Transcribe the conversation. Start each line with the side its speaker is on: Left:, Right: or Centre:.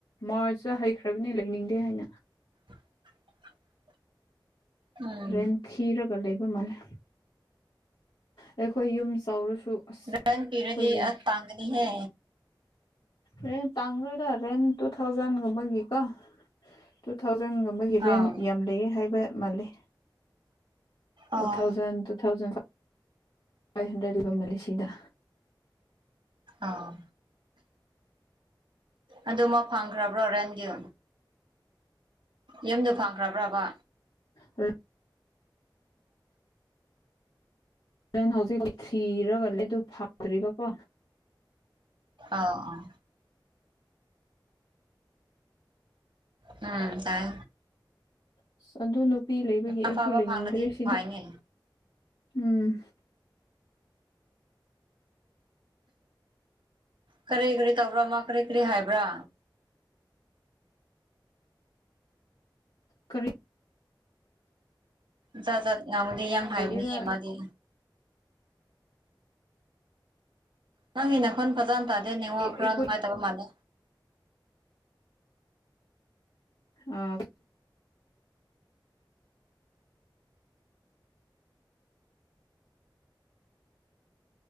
Left: ꯃꯥꯔꯁꯇ ꯍꯩꯈ꯭ꯔꯕꯅꯤ ꯂꯩꯅꯤꯡꯗꯦ ꯍꯥꯏꯅ꯫
Right: <inaudible> ꯎꯝ
Left: ꯔꯦꯟ ꯊꯤꯔꯒ ꯂꯩꯕ ꯃꯥꯜꯂꯦ꯫ ꯑꯩꯈꯣꯏ ꯌꯨꯝ ꯆꯥꯎꯔꯁꯨ ꯑꯁ
Right: ꯔꯦꯟ ꯄꯤꯔꯗꯤ
Left: ꯑꯩꯈꯣꯏꯒꯤ
Right: ꯑ ꯇꯥꯡꯒꯅꯤꯍꯦ꯫
Left: ꯔꯦꯟ ꯇꯥꯡꯔꯣꯏꯗ ꯔꯦꯟ ꯇꯨ ꯊꯥꯎꯖꯟꯒꯨꯝꯕꯒꯤꯀꯣ ꯇꯨ ꯊꯥꯎ ꯔꯦꯟꯒꯨꯝꯕꯒꯤ ꯔꯦꯟ
Right: ꯑꯥꯎ
Left: ꯌꯥꯝ ꯂꯩꯌꯦ ꯍꯥꯏꯕ ꯃꯥꯜꯂꯤ꯫ ꯇꯨ
Right: ꯑꯣ
Left: thousand two thousand five hundred ꯂꯩꯕ ꯃꯥꯜꯂꯤ ꯁꯤꯗ꯫
Right: ꯑꯥ ꯑꯗꯨ ꯃꯥ ꯐꯪꯈ꯭ꯔꯕ꯭ꯔꯣ ꯔꯦꯟꯗꯨ꯫ ꯌꯨꯝꯗꯣ ꯐꯪꯈ꯭ꯔꯕ꯭ꯔꯕꯥ꯫
Left: ꯔ ꯔꯦꯟ ꯍꯧꯖꯤꯛꯐꯥꯎ ꯊꯤꯔꯒꯂ ꯑꯗꯨ ꯐꯗ꯭ꯔꯤꯔꯤꯕꯀꯣ꯫
Right: ꯑꯥ ꯑꯥ ꯎꯝ ꯇꯥꯏ꯫
Left: ꯑꯁ ꯑꯗꯨ ꯅꯨꯄꯤ ꯂꯩꯕꯒꯤ ꯑꯩꯁꯨ
Right: ꯑꯐꯕ
Left: ꯂꯩꯅꯤꯡꯗ꯭ꯔꯦ
Right: ꯐꯪꯂꯗꯤ
Left: ꯁꯤꯗ꯫
Right: ꯐꯩꯅꯦ
Left: ꯎꯝ
Right: ꯀꯔꯤ ꯀꯔꯤ ꯇꯧꯕ꯭ꯔꯥ ꯃꯥ ꯀꯔꯤ ꯀꯔꯤ ꯍꯥꯏꯕ꯭ꯔꯥ
Left: ꯀꯔꯤ
Right: ꯖꯠ ꯖꯥꯠ ꯉꯕꯨꯗꯤ ꯌꯥꯝ ꯍꯥꯏꯕꯅꯤꯍꯦ
Left: ꯂꯩꯗꯦꯗ
Right: ꯃꯥꯗꯤ ꯅꯪ ꯏꯅꯈꯣꯟ ꯐꯖꯅ ꯇꯥꯗꯦ ꯅ ꯅꯤꯡꯉꯣ
Left: ꯑꯩꯈꯣꯏ
Right: ꯈꯔ ꯅꯨꯡꯉꯥꯏꯇꯕ ꯃꯥꯜꯂꯦ
Left: ꯑꯥ